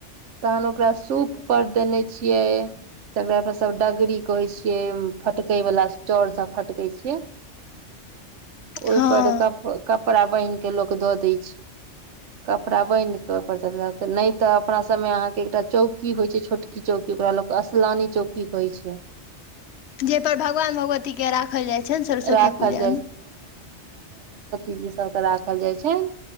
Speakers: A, on the right; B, on the left.
A: तहन ओकरा सूप पर देने छियै तकरा पर सब डगरी कहै छियै फटकय बला चाउर सब फटकै छियै।
B: हँ
A: ओइ पर कप-कप पड़ा बैन्ह के ल लोक दऽ दै कपरा बैन्ह कऽ ओइ पर स ल क नै त तऽ अपना सबमे अहाँके एकटा चौकी होइ छै छोटकी-चौकी ओकरा लोक अस्लानी चौकी कहै छै।
B: जेतऽ भगवान-भगवती के राखल जाइ छैन सरस्वती
A: राखल
B: पूजा मे।
A: ई जे सबके राखल जाइ छैन।